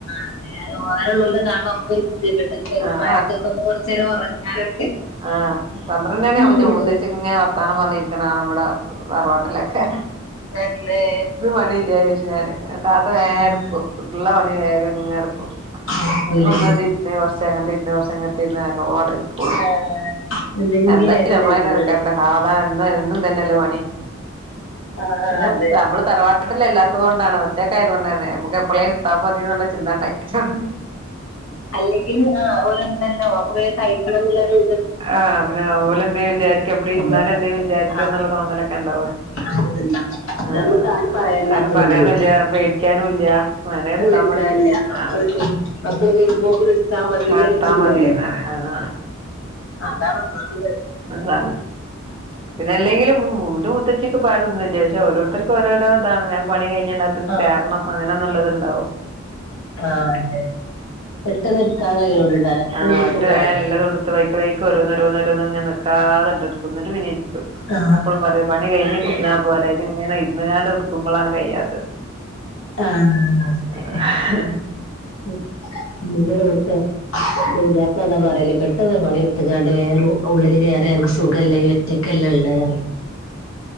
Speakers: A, on the left (about 80°); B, on the right (about 25°).
A: അത വേ വേറെ ഉള്ള കാുമ്പോ നമുക്കൊരു പുതി പെട്ടെന്ന് കഴിഞ്
B: ആഹ്
A: മഴ ത്തൊക്കെ ഒന്ന് കുറച്ച നേം ഉറങ്ങാ ലോ
B: ആ് പന്ത്രണ്ട ണിആാവുമ്പോത്തിന്
A: കൂടൂല
B: മൂത്തേച്ചിങ്ങനെ വർത്താനം പറഞ്ഞിരിക്കണ ആളാ ഇവിടെ തറവാട്ടിലൊക്കെ
A: അല്ലേ
B: ഇത് പണി ഇല്ല ച ഞാന് താത്ത വേഗ
A: ആഹ്
B: എടുക്കും ഉള്ള പണി വേഗങ്ങ എടുക്കും
A: നടക്കൂലേ
B: ഞാനൊന്ന് ആ ണ്ട് രിന്ന് ഒന്ന് കുറച്ച് ങ്ങണ്ടിരിന്ന് ആക്കപോലെ ഇടുക്കൊള്ളു
A: ആഹ് എന്തെങ്കിലും
B: എന്തായ
A: ആയിട്ട്
B: നമ്മള
A: നേരങ്ങള്
B: തെ ഇറക്കണ്ട സാവധാനം എ എന്നും ഇതന്നെയല്ലെ പണി
A: ആഹ്
B: പിന്നെ
A: അതെ
B: നമ്മള് തറവാടിലല്ലാത്തത് കൊൊണ്ടാണ് ഒറ്റക്കായതുകൊണ്ടാണ് നമ്മുക്ക് ഇപ്പളെർത്താ മതിന്ന ചിന്ത ഉണ്ടായിട്ടാണ്
A: അല്ലെങ്കിൽ ആ അപലെ ഉണ്ടല്ലോ അ കൈക്കണന്നുള്ളരു
B: ആഹ് പിന്നെ അ ഓല്എന്താ വിചാരിക്കാ അമ്മ ള് ഇരുന്നാലും
A: നമുക്ക്
B: എന്തേും വിചാരിക്ക
A: ആഹ്
B: എന്നുള്ള തോന്നലൊക്കെ ഉണ്ടാവോ
A: ആരതല്ല
B: ത്ത
A: ഇത് നമുക്ക് ആരും പറയാനില്ലാത്തോണ്ടേ
B: ആരും പറയാനുല്യ പേടിക്കാനുലിയ വേണഎടുത്താ
A: അത് എടുക്കാനില്ല
B: മതി ആ
A: മറ്റേ മക്കള് വരുമ്പോ ത്തിന്ഇടുത്താ മതി എന്നുള്ള
B: എടുത്താ
A: ചിന്തല്ലേ
B: മതി ആഹ്
A: അതാണ് ഒന്നാമത്
B: അതാണ് പിന്നെ അല്ലെങ്കിലും എൻ്റെ മുത്തച്ചി പാരുന്നില്ല ഓരോരുത്തർക്ക് ഓരോ ഇതാണ് വേഗം പണി കഴിഞ്ഞട്ട് അ ക ത്തക്ക്
A: ആ
B: കേറണം അങ്ങനന്നുള്ളത് ഉണ്ടാവു
A: ആഹ അതെ ന്നെപെട്ടെന്ന് എടുക്കാൻ കഴള്ളണ്ടക്ക്
B: ആഹ് മറ്റേ
A: സുഖണ്
B: വേം എല്ലതും എടുത്ത് വൈക്ക് വൈക്ക്ഓരോന്നോ രോരോുംങ്ങ നിക്കാതണ്ടെടുക്കുന്നിട്ട് പിന്നെ ഇരിക്കും
A: ആ
B: ഞാനപ്പോഴും പറയും പണി കഴിഞ്ഞിട്ടി ഇരുന്നാ പോരെ ഇത്ഇങ്ങനെ ഇരുന്ന്ുകാണ്ട് ഇടുക്കുമ്പോഴാണ് കഴിയാത്തത്
A: ആഹ അതെ
B: ആഹ്
A: എടുത്ത ന അപ്പന്താ പറല പെട്ടവ പണിടു <unintelligible> ടുത്ത് ക്കാണ്ട് വേഗം റൂ. ഉള്ളില് കേറിയാ നിനക്ക് സുഖല്ലെ നീ ഒറ്റക്കല്ലെള്ളത്റിയും